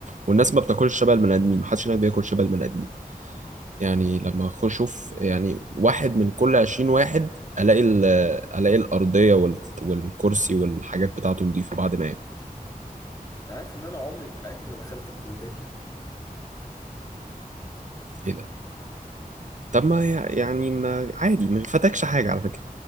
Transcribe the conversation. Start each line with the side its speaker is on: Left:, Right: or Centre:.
Right: والناس ما بتاكلش شبه البني آدمين محدش هناك بياكل شبه البني آدمين يعني لما اخش اشوف يعني واحد من كل 20 واحد الاقي ال- الاقي الارضيه وال- والكرسي والحاجات بتاعته نظيفه بعد ما ينام.
Left: انت عارف ان انا عمري في حياتي ما دخلت الكنتاكي
Right: ايه ده طب ما يع- يعني ما عادي ما فاتكش حاجه على فكره